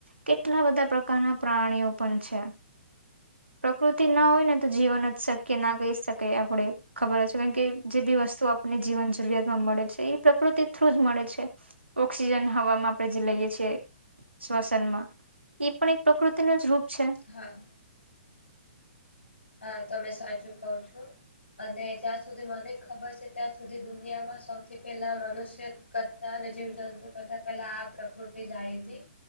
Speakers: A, on the right; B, on the left.
A: કેટલા બધા પ્રકારના પ્રાણીઓ પણ છે. <inaudible> પ્રકૃતિ ના હોય ને તો જીવન જ શક્ય ના કહી શકાય આપણે. ખબર જ છે. કારણ કે જે બી વસ્તુ આપ ને જીવન જરૂરિયાતમાં મળે છે, ઈ પ્રકૃતિ થ્રુ મળે જ છે. ઓક્સિજન હવામાં આપણે જે લઈએ છીએ શ્વસનમાં, ઈ પણ એક પ્રકૃતિ નો જ રૂપ છે.
B: હા. હા, તમે સાચું કહો છો. અને જ્યાં સુધી મને ખબર છે, ત્યાં સુધી દુનિયામાં સૌથી પહેલા મનુષ્ય કરતા અને જીવજંતુ કરતા પહેલા આ પ્રકૃતિ જા આઈ તી.